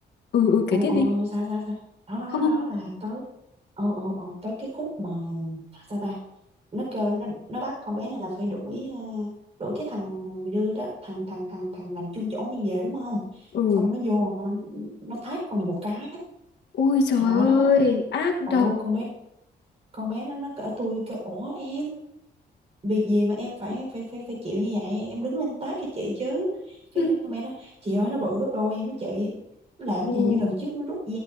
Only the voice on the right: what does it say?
ồ
ồ
sao sao sao đó đó
đó
đó là tới ồ ồ ồ tới cái khúc mà sao ta nó kêu nó, nó bắt con bé này là phải đuổi à, đuổi cái thằng đưa đó thằng thằng thằng thằng làm chung chỗ này về đúng không
xong nó vô nó tát con này một cái
trời
đất ơi luôn
ồ
con bé con bé nó nó cỡ tôi kêu ủa em việc gì mà em phải phải phải phải chịu như vậy em đứng lên tát cái chị chứ cái
mẹ nó chị ơi nó bự gấp đôi em á chị Nó làm
gì như lần trước nó rút